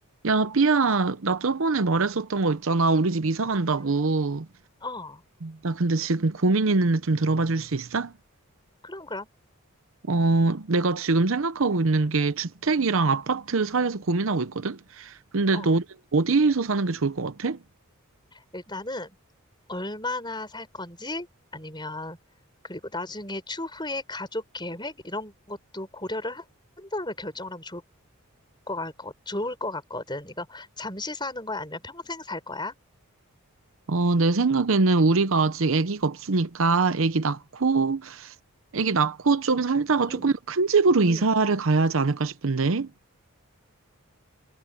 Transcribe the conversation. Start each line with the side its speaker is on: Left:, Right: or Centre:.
Right: 야, 삐야, 나 저번에 말했었던 거 있잖아. 우리 집 이사 간다고.
Left: 음, 어,
Right: 나 근데 지금 고민 있는데 좀 들어봐 줄 수 있어?
Left: 그럼, 그럼.
Right: 어, 내가 지금 생각하고 있는 게 주택이랑 아파트 사이에서 고민하고 있거든? 근데
Left: 어,
Right: 너는 어디에서 사는 게 좋을 것 같아?
Left: 일단은 얼마나 살 건지 아니면 그리고 나중에 추후에 가족 계획 이런 것도 고려를 한 다음에 결정을 하면 좋을 것 같, 좋을 것 같거든. 이거 잠시 사는 거야? 아니면 평생 살 거야?
Right: 어, 내 생각에는 우리가 아직 아기가 없으니까 아기 낳고, 아기 낳고 좀 살다가
Left: 응
Right: 조금 더 큰 집으로 이사를
Left: 응
Right: 가야 하지 않을까 싶은데.